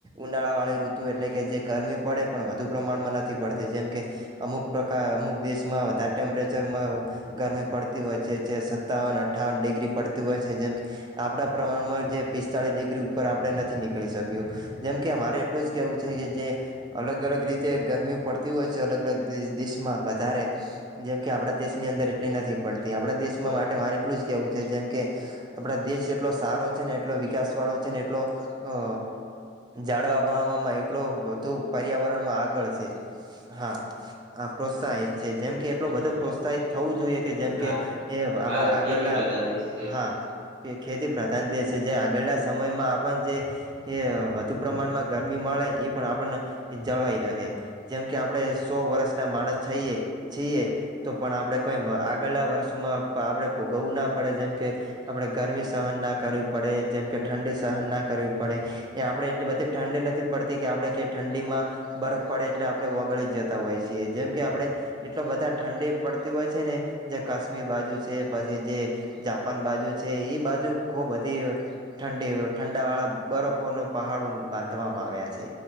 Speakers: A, on the right; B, on the right.
A: ઉનાળાવાળી ઋતુ એટલે કે જે ગરમી પડે પણ વધુ પ્રમાણમાં નથી પડતી જેમ કે અમુક પ્રકાર અમુક દેશમાં વધારે ટેમ્પરેચરમાં ગરમી પડતી તી હોય છે જે સત્તાવન અઠ્ઠાવન ડિગ્રી પડતી હોય છે જેમ કે આપણા પ્રમાણમાં જે પિસ્તાળસ ડિગ્રી ઉપર આપણે નથી નીકળી શક્યો જેમ કે અમારે એટલું જ કેહેવું છે કે જે અલગ અલગ રીતે ગરમી પડતી હોય છે અલગ અલગ દેશમાં વધારે જેમ કે આપણા દેશની અંદર એટલી નથી પડતી આપણા દેશમાં
B: બસ
A: માટે મારે એટલું જ કેવું છે જેમ કે આપણા દેશ એટલો સારો છે ને એટલો વિકાસ વાળો છે ને એટલો અ જાડવા વાવામાં એટલો વધુ પર્યાવરણમાં આગળ છે હા આ પ્રોત્સાહિત છે જેમ કે એટલો
B: હમ
A: બધો પ્રોત્સાહિત થવું જોઈએ કે જેમ
B: કારણ
A: કે એ આપ
B: ભારત
A: આગળના
B: ખેતી પ્રધાન દેશ છે એટલે
A: હા ખેતી પ્રધાન દેશ છે જે આગળના સમયમાં આપણ જે એ વધુ પ્રમાણમાં ગરમી મળે એ પણ આપણને જળવાઈ રહે જેમ કે આપડણે સો વર્ષ ના માણસ છઈએ છીએ તો પણ આપડણે કોઈ આગલા વર્ષ કમાં આપણે ભોગવવું ના પડે જેમ કે આપડણે ગરમી સહન ના કરવી પડે જેમ કે ઠંડી સહન ના કરવી પડે એ આપણેે એટલે બધી ઠંડી નથી પડતી કે આપણેે કે ઠંડી માં બરફ પડે એટલે આપણે ઓગળી જતા હોય છીએ જેમ કે આપણે એટલો બધા ઠંડી પડતી હોય છે ને કાશ્મીર બાજુ છે પછી જે જાપાન બાજુ છે એ બાજુ ખૂબ બધી ઠંડી ઠંડાવાળા બરફોનો પહાડો બાંધવામાં આવ્યા છે